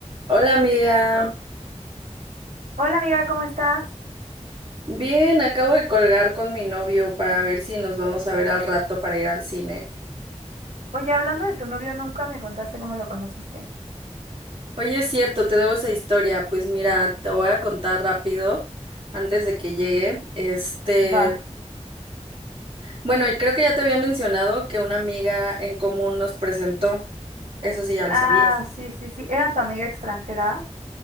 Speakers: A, on the right; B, on the right.
A: Hola amiga,
B: Hola amiga, ¿cómo estás?
A: bien, acabo de colgar con mi novio para ver si nos vamos a ver al rato para ir al cine.
B: Oye, hablando de tu novio, nunca me contaste cómo lo conociste.
A: Oye, es cierto, te debo esa historia. Pues mira, te voy a contar rápido antes de que llegue. Este,
B: Va.
A: bueno, y creo que ya te había mencionado que una amiga en común nos presentó. Eso sí, ya lo
B: Ah,
A: sabías.
B: sí, sí, sí. ¿Era tu amiga extranjera?